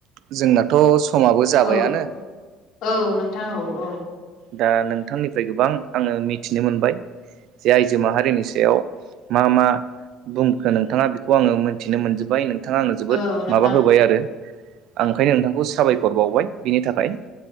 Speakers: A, on the right; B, on the left.
A: जोंनाथ समाबो जाबायानो।
B: औ औ नोंथां औ औ
A: दा नोंथांनिफ्राय गोबां आंङो मिथिनो मोनबाय। जे आइजो माहारिनि सायाव मा-मा बुंखो नोंथानङा बेखौ आंङो मोनथिनो मोनजोबबाय नों नोंथांङा आंनो जोबोद
B: औ नोंथां
A: माबा होबाय आरो आं ओंखायनो नोंथांखौ साबायखर बावबाय बिनि थाखाय।